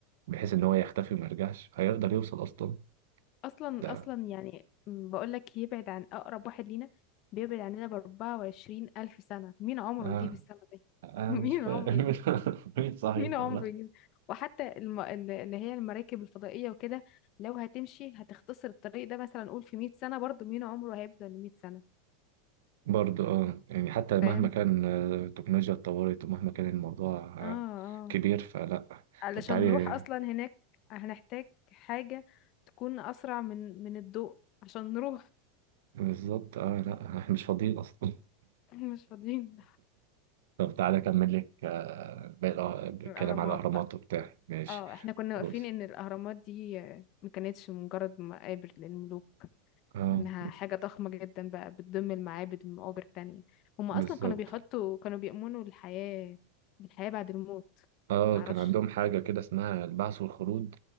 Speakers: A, on the right (about 80°); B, on the left (about 45°).
A: بحيث إن هو يختفي وما يرجعش هيقدر يوصل أصلا
B: أصلا
A: ده
B: أصلا يعني م، بقولك يبعد عن أقرب واحد لينا بيبعد عننا بأربعة وعشرين ألف سنة مين عمره
A: آه
B: يجيب السنة دي
A: انا
B: <laughs> مين
A: مش فاهم
B: عمره
A: <laughs> مين صحيح
B: <laughs> مين عمره
A: والله
B: يجيب وحتى الم... ال- اللي هي المراكب الفضائية وكده لو هتمشي هتختصر الطريق ده مثلا نقول في 100 سنة برضو مين عمره هيفضل 100 سنة
A: برضه اه يعني حتى مهما
B: فاهم
A: كان آه، التكنولوجيا اتطورت ومهما كان الموضوع
B: اه
A: آه،
B: اه
A: كبير فلا
B: علشان
A: طب تعالي
B: نروح اصلا هناك هنحتاج حاجة تكون اسرع من من الضوء عشان نروح
A: بالظبط اه لا <laughs> احنا مش فاضيين اصلا <laughs>
B: <laughs> مش فاضيين
A: طب تعالى اكمل لك آه، باقي الأه- الكلام
B: الاهرامات
A: على الاهرامات
B: بقى
A: وبتاع ماشي
B: اه احنا كنا
A: بص
B: واقفين ان الاهرامات دي آه، ما كانتش مجرد مقابر للملوك
A: اه
B: وإنها حاجة ضخمة جدا بقى بتضم المعابد والمقابر التانية هم
A: بالظبط
B: أصلا كانوا بيحطوا كانوا بيؤمنوا الحياة بالحياة بعد الموت
A: اه
B: معرفش
A: كان عندهم حاجة كده اسمها البعث والخلود